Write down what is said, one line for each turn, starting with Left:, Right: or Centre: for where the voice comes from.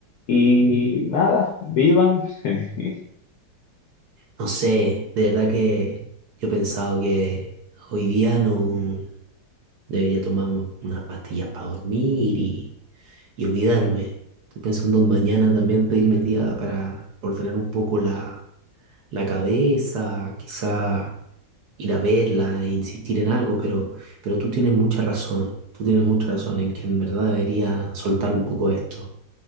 Left: Y nada, vivan. <laughs>
Right: No sé, de verdad que yo he pensado que hoy día no debería tomar unas pastillas para dormir y... y olvidarme. Estoy pensando mañana también pedirme el día para ordenar un poco la, la cabeza, quizá ir a verla e insistir en algo, pero, pero tú tienes mucha razón, tú tienes mucha razón en que en verdad debería soltar un poco esto,